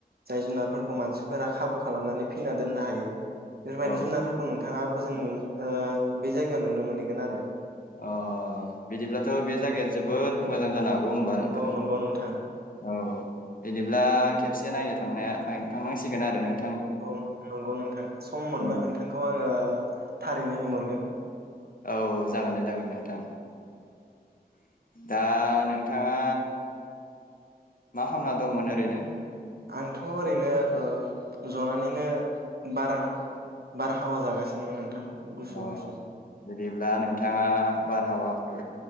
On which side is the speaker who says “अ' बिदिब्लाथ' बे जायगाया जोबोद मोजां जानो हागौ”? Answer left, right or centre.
Left